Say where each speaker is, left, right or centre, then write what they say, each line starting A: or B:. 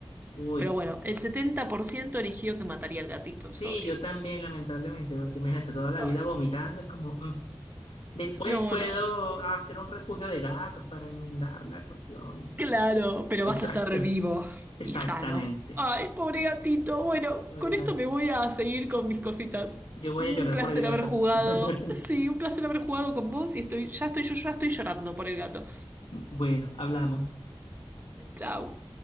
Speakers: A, on the left (about 90°); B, on the right (about 20°).
A: Uy.
B: Pero bueno, el 70% eligió que mataría al gatito,
A: Sí,
B: es obvio.
A: yo también, lamentablemente, porque imagínate toda la
B: Ay,
A: vida vomitando, es como, mm. Después
B: no,
A: puedo
B: no.
A: hacer un refugio de gatos para enmendar la cuestión y eso.
B: Claro,
A: <laughs>
B: pero
A: Exacto,
B: vas a estar vivo
A: exactamente.
B: y sano. Ay, pobre gatito. Bueno,
A: Pobre
B: con esto
A: gato.
B: me voy a seguir con mis cositas.
A: Yo voy
B: Un
A: a llorar
B: placer
A: por el gato.
B: haber jugado.
A: <laughs>
B: Sí, un placer haber jugado con vos y estoy, ya estoy, yo ya estoy llorando por el gato.
A: Bueno, hablamos.
B: Chao.